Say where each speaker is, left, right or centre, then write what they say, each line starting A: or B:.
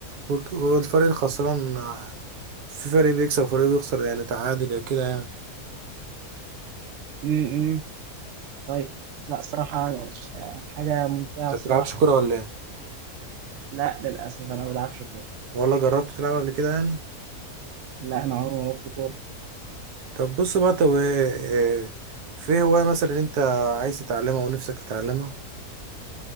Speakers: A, on the right (about 85°); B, on the right (about 65°).
A: وك- والفريق الخسران في فريق بيكسب وفريق بيخسر يعني تعادل يا كده يعني
B: امم طيب لا صراحه ش- حاجه ممتعه
A: انت
B: الصراحه
A: بتلعبش كورة ولا ايه؟
B: لا للاسف انا ما بلعبش كوره
A: ولا جربت تلعب قبل كده يعني؟
B: لا انا عمري ما لعبت كوره
A: طب بص بقى طب إيه- إيه، في هواية مثلا انت عايز تتعلمها ونفسك تتعلمها؟